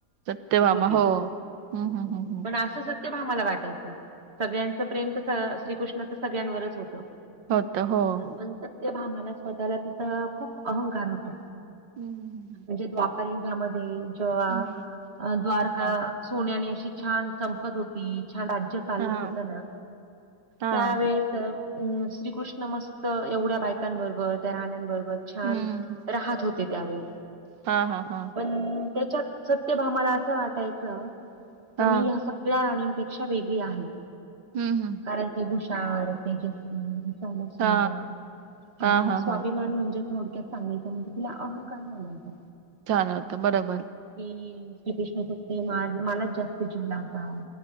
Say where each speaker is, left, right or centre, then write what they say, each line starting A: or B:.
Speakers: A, on the right; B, on the right.
A: सत्यभामा
B: होती
A: हो, हम्म हम्म हम्म हम्म
B: पण असं सत्यभामाला वाटायचं सगळ्यांचं प्रेम तर श्रीकृष्ण तर सगळ्यांवरच होतं.
A: होत हो हो
B: पण सत्यभामाला स्वतःला तिचा खूप अहंकार होता.
A: हम् हम
B: म्हणजे द्वापारंयुगामध्ये जेव्हा
A: हम्म.
B: द्वारका
A: हा
B: सोन्याने अशी छान चमकत होती छान राज्या चाललं
A: हा
B: होत ना
A: हा
B: त्यावेेळेस श्रीकृष्ण मस्त एवढ्या बायकांबरोबर त्या राण्यांबरोबर, छान
A: हम्म.
B: राहत होते त्यावेळी,
A: हा हा हा
B: पण त्यांच्यात सत्यभामा ला असं वाटायचं की
A: हा
B: मी ह्या सगळ्या राणींपेक्षा वेगळी आहे.
A: ह्म्म ह्म्म
B: कारण ती हुशार तेजस्वी दिसायला, सुंदर
A: हा हा
B: आणि
A: हा
B: स्वाभिमान
A: हा.
B: म्हणजे, थोडक्यात सांगायचं म्हणजे तिला अहंकार झाला होता.
A: झाला होता बरोबर.
B: कि श्रीकृष्ण फक्त
A: हम्म.
B: मलाच जास्त जीव लावतात.